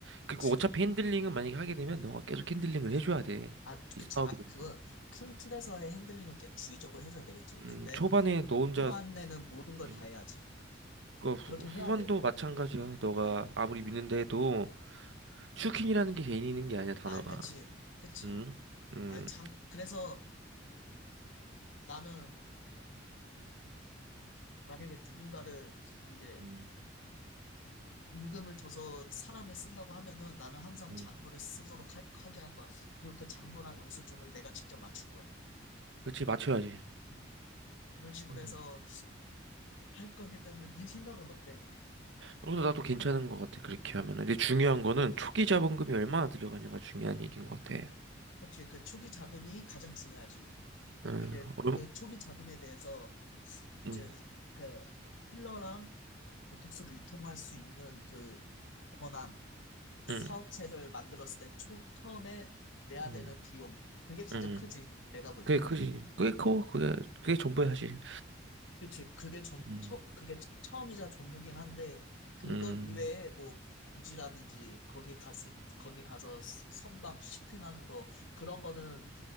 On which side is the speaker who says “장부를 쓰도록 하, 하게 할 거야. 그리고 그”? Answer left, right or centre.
Left